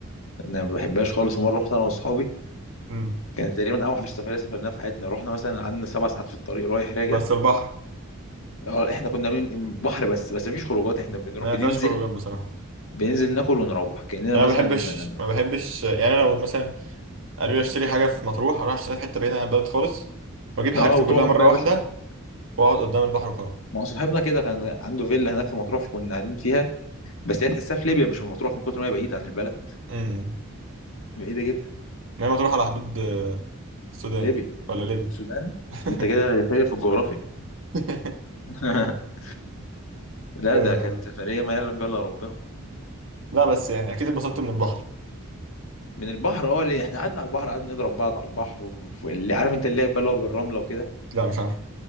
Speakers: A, on the left (about 70°); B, on the right (about 60°).
A: انا ما بحبهاش خالص مره رحت انا واصحابي
B: امم
A: كانت تقريبا اوحش سفريه سافرناها في حياتنا رحنا مثلا قعدنا سبع ساعات في الطريق رايح راجع
B: بس البحر
A: اه احنا كنا من بحر بس بس مفيش خروجات احنا بنروح
B: ما
A: بننزل
B: فيهاش خروجات بصراحه
A: بننزل ناكل ونروح كاننا
B: انا
A: مثلا
B: ما بحبش ما بحبش يعني لو مثلا قالوا لي اشتري حاجه في مطروح اروح اشتريها في حته بعيده عن البلد خالص واجيب حاجتي
A: اه وتقعد
B: كلها مره
A: بقى يا
B: واحده
A: باشا بحر
B: واقعد قدام البحر وخلاص
A: ما هو صاحبنا كده كان عنده فيلا هناك في مطروح كنا قاعدين فيها بس هي تحسها في ليبيا مش في مطروح من كتر ما هي بعيدة عن البلد
B: امم
A: بعيدة جدا
B: ما هي مطروح على حدود آه، السودان
A: ليبيا
B: ولا ليبيا
A: السودان
B: <laughs>
A: انت كده فاكر في الجغرافيا
B: <laughs>
A: <laughs> لا
B: آه،
A: ده كانت سفرية ما يعلم بها الا ربنا
B: لا بس يعني اكيد اتبسطت من البحر
A: من البحر اه اللي احنا قعدنا على البحر قعدنا نضرب بعض على البحر واللي عارف انت اللعب بقى اللي هو بالرملة وكده
B: لا مش عارف